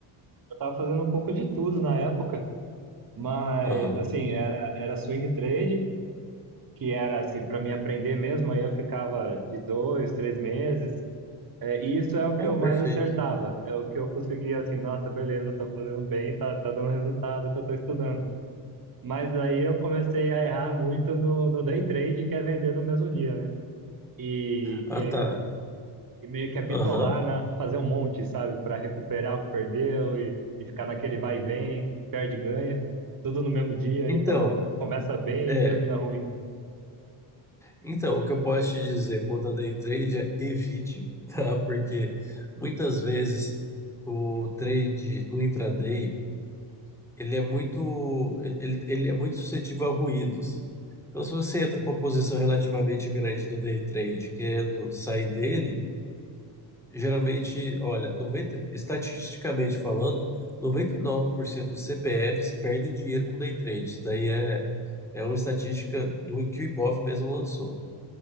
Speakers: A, on the right (about 45°); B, in the centre.
A: eu tava fazendo um pouco de tudo na época, mas,
B: Aham.
A: assim, era, era swing trade, que era, assim, para mim aprender mesmo, aí eu ficava de dois, três meses. É, e isso é o
B: Ó,
A: que eu
B: perfeito.
A: mais acertava, é o que eu conseguia, assim, nossa, beleza, tô fazendo bem, tá, tá dando resultado que eu tô estudando. Mas aí eu comecei a errar muito no, no day trade, que é vender no mesmo dia, né? E,
B: Ah,
A: e
B: tá.
A: e meio que habitolar
B: Aham.
A: na fazer um monte, sabe, para recuperar o que perdeu e, e ficar naquele vai e vem, perde e ganha, tudo no mesmo dia,
B: Então,
A: então começa bem
B: é.
A: e termina ruim.
B: Então, o que eu posso te dizer quanto a day trade é evite, tá? Porque muitas vezes o trade no intraday, ele é muito, ele, ele é muito suscetível a ruídos. Então, se você entra com uma posição relativamente grande do day trade, querendo sair dele, geralmente, olha, 90, estatisticamente falando, 99% dos CPFs perdem dinheiro com day trade. Isso daí é, é uma estatística do que o Ibov mesmo lançou.